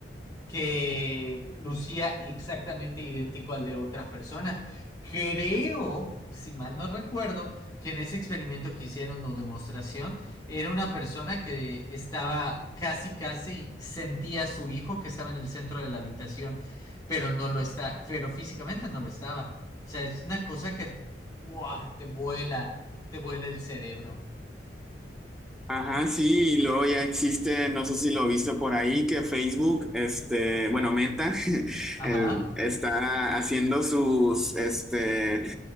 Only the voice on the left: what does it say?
que lucía exactamente idéntico al de otra persona. Creo, si mal no recuerdo, que en ese experimento que hicieron o demostración, era una persona que estaba casi, casi sentía a su hijo que estaba en el centro de la habitación, pero no lo está, pero físicamente no lo estaba. O sea, es una cosa que ¡buah! te vuela, te vuela el cerebro.
Ajá,